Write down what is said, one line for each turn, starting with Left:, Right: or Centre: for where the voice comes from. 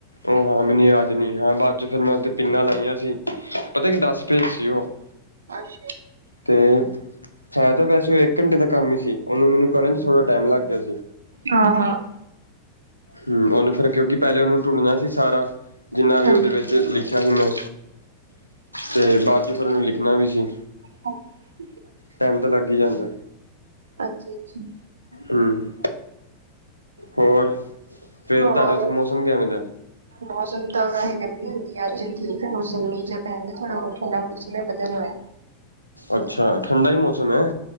Left: ਉਹ ਹਾਂ ਮੈਨੂੰ ਅਜ ਨਹੀ ਹਾਂ, ਬਾਅਦ 'ਚ ਫਿਰ ਮੈ ਉਥੇ ਪੀਨਾ ਲਾਈਆਂ ਸੀ। ਪਤਾ ਕਿ ਦਸ ਪੇਚ ਸੀ ਉਹ-
Right: ਅਛਾ-
Left: ਤੇ ਹੈ ਤੇ ਵੈਸੇ ਉਹ ਇਕ ਘੰਟੇ ਦਾ ਕਮ ਹੀ ਸੀ, ਉਹਨੂੰ ਮੈਨੂੰ ਕਰਨ 'ਚ ਥੋੜ੍ਹਾ ਟਾਈਮ ਲੱਗ ਗਿਆ ਸੀ।
Right: ਹਾਂ- ਹਾਂ-
Left: ਹਮ ਉਹਨੂੰ ਫਿਰ, ਕਿਉਕ ਪਹਿਲੇ ਉਹਨੂੰ ਟੁਡਣਾ ਸੀ ਸਾਰਾ- ਜਿੰਨਾ ਵੀ
Right: ਹਮ
Left: ਉਹਦੇ ਵਿਚ ਲਿਖਿਆ ਸੀ ਮੈ ਤੇ ਬਾਅਦ 'ਚ ਫਿਰ ਉਹਨੂੰ ਲਿਖਣਾ ਵੀ ਸੀ-
Right: ਹ <unintelligible>
Left: ਟਾਈਮ ਤਾਂ ਲੱਗ ਹੀ ਜਾਂਦਾ-
Right: ਅਛਾ- ਅਛਾ-
Left: ਹੂੰ, ਹੋਰ ਫੇਰ
Right: ਹੋਰ
Left: ਤੁਹਾਡੇ ਉਥੇ ਮੌਸਮ ਕਿਵੇ ਦਾ?
Right: ਮੌਸਮ ਤਾਂ ਵੈਸ ਗਰਮੀ ਹੁੰਦੀ ਹੈ ਅੱਜ ਠੀਕ ਹੈ ਮੌਸਮ, ਮੀਂਹ ਜਾਂ ਪੈਣ ਦਿਆ ਥੋੜਾ ਬਹੁਤ ਠੰਡਾ ਮੌਸਮ ਹੈ। ਬੱਦਲ ਹੋਇਆ
Left: ਅਛਾ, ਠੰਡਾ ਹੀ ਮੌਸਮ ਹੈ।